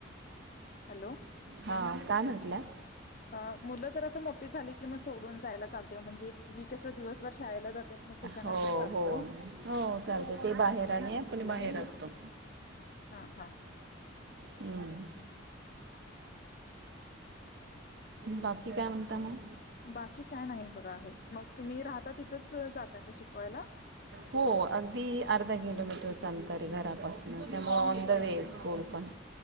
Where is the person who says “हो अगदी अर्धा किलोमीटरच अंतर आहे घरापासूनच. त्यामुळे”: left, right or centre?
Right